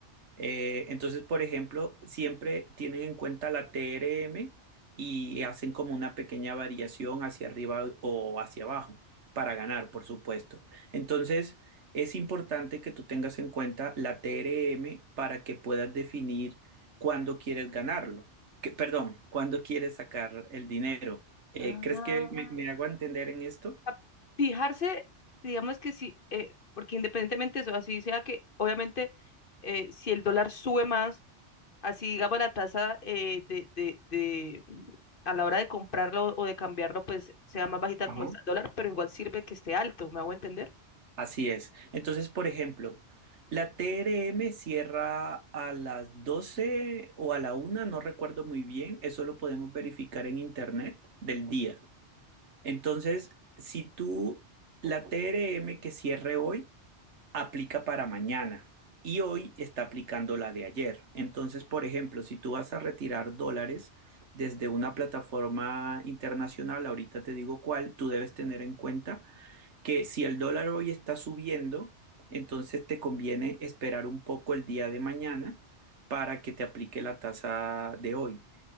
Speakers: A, on the right; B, on the left.
A: Eh, entonces, por ejemplo, siempre tienen en cuenta la TRM y hacen como una pequeña variación hacia arriba o hacia abajo para ganar, por supuesto. Entonces, es importante que tú tengas en cuenta la TRM para que puedas definir cuándo quieres ganarlo. Que- perdón, cuándo quieres sacar el dinero. Eh,
B: Ah.
A: ¿crees que me, me hago entender en esto?
B: a fijarse, digamos que sí, eh, porque independientemente de eso, así sea que obviamente eh, si el dólar sube más, así digamos la tasa eh, de, de, de, mm, a la hora de comprarlo o de cambiarlo, pues sea más bajita
A: Ajá.
B: como está el dólar, pero igual sirve que esté alto, ¿me hago entender?
A: Así es. Entonces, por ejemplo, la TRM cierra a las 12 o a la una, no recuerdo muy bien, eso lo podemos verificar en internet del día. Entonces, si tú, la TRM que cierre hoy aplica para mañana y hoy está aplicando la de ayer. Entonces, por ejemplo, si tú vas a retirar dólares desde una plataforma internacional, ahorita te digo cuál, tú debes tener en cuenta que si el dólar hoy está subiendo, entonces te conviene esperar un poco el día de mañana para que te aplique la tasa de hoy.